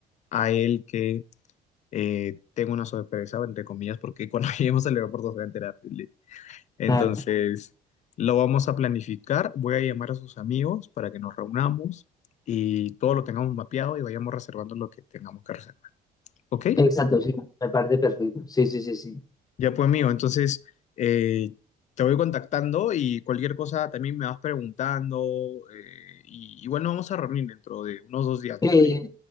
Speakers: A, on the left; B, on the left.
A: a él que eh, tengo una sorpresa, entre comillas, porque cuando <laughs> lleguemos al aeropuerto se va a enterar. Entonces,
B: Claro,
A: lo vamos a planificar. Voy a llamar a sus amigos para que nos reunamos y todo lo tengamos mapeado y vayamos reservando lo que tengamos que reservar. ¿Ok?
B: exacto, sí, me parece perfecto. Sí, sí, sí, sí.
A: Ya pues, amigo. Entonces, eh, te voy contactando y cualquier cosa también me vas preguntando. eh, y igual nos vamos a reunir dentro de unos dos días,
B: Eh,
A: me imagino.